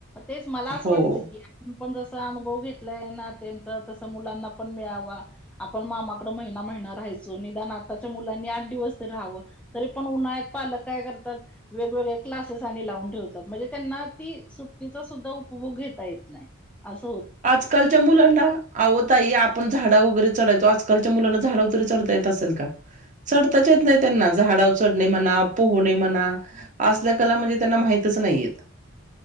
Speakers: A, in the centre; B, on the right.
A: तेच मला असं
B: हो.
A: वाटतं की. पण जस अनुभव घेतलाय ना त्यांचा तस मुलांना पण मिळावा. आपण मामाकड महिना महिना राहायचो निदान आताच्या मुलांनी आठ दिवस तरी राहावं. तरी पण उन्हाळ्यात पालक काय करतात वेगवेगळे क्लासेस आणि लावून ठेवतात म्हणजे. त्यांना ती सुट्टीचा सुद्धा उपभोग घेता येत नाही अस.
B: आजकालच्या मुलांना. आहो ताई आपण झाडा वगैरे चढायचो आजकालच्या मुलांना झाडा वगैरे चढता येत असेल का. चढताच येत नाही त्यांना. झाडा उ चढणे म्हणा पोहणे म्हणा असल्या कला म्हणजे त्यांना माहितच नाहीयेत.